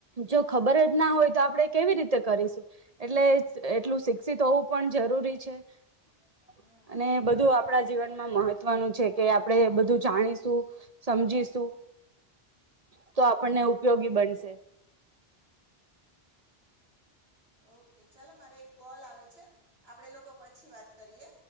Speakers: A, on the right; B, on the right.
A: જો ખબર જ ના હોય તો આપણે કેવી રીતે કરીશું એટલે એટલું શિક્ષિત હોવું પણ જરૂરી છે. <inaudible>
B: હમ
A: અને બધું આપણા જીવનમાં મહત્વનું છે કે આપણેે બધું જાણીશું સમજીશું તો આપણને ઉપયોગી બનશે
B: ઓકે ચાલો મારે એક કોલ આવે છે આપડે લોકો પછી વાત કરીએ